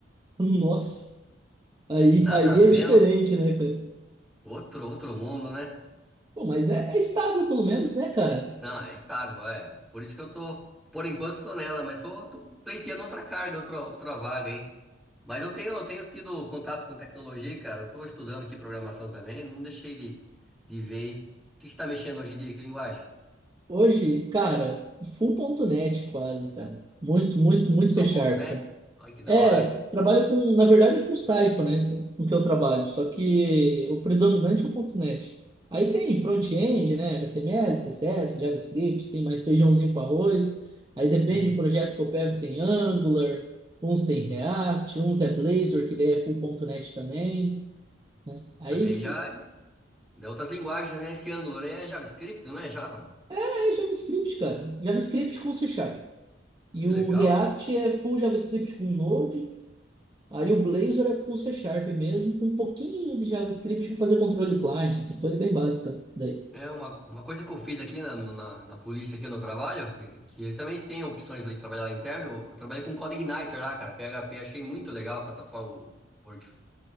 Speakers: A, on the right; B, in the centre.
A: Nossa, aí,
B: Nada
A: aí
B: a
A: é
B: ver,
A: diferente,
B: não?
A: né, cara?
B: Outro, outro mundo, né?
A: Pô, mas é, é estável, pelo menos, né, cara?
B: Não, é estável, é. Por isso que eu tô, por enquanto, tô nela, mas tô, tô pleiteando outra carga, outra, outra vaga aí. Mas eu tenho, eu tenho tido contato com tecnologia, cara. Eu estou estudando aqui programação também, não deixei de, de ver. O que você está mexendo hoje em dia? Que linguagem?
A: Hoje, cara, full ponto net quase, cara. Muito, muito, muito
B: Só
A: C Sharp,
B: ponto .NET? Olha que da
A: É,
B: hora, cara.
A: trabalho com, na verdade, é full cycle, né? com- com o que eu trabalho, só que o predominante é o ponto .NET. Aí tem front-end, né? HTML, CSS, JavaScript, sim, mais feijãozinho com arroz. Aí depende
B: Hum.
A: do projeto que eu pego, tem Angular, uns tem React, uns é Blazor, que daí é full ponto .NET também, né? Aí,
B: Mas daí
A: tipo,
B: já. daí Outras linguagens, né? Esse Angular é JavaScript, não é Java?
A: é JavaScript, cara. JavaScript com C Sharp. E
B: Que
A: o
B: legal,
A: React
B: cara.
A: é full JavaScript com Node Aí o Blazor é full C Sharp mesmo, com um pouquinho de JavaScript para fazer controle de client, assim, coisa bem básica daí.
B: É uma, uma coisa que eu fiz aqui na, na, na polícia, aqui no trabalho, que, que ele também tem opções de trabalhar lá interno. Eu trabalhei com Code Igniter lá, cara. PHP, achei muito legal a plataforma, o, work-